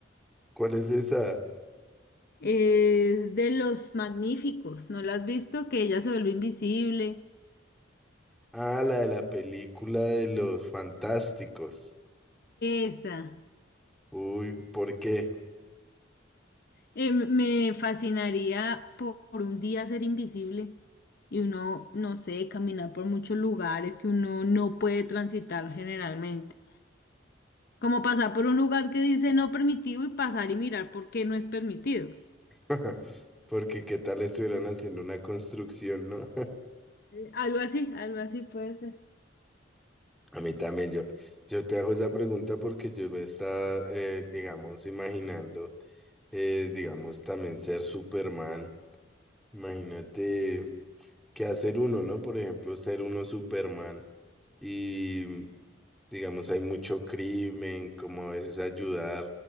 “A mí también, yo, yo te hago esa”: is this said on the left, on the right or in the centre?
Centre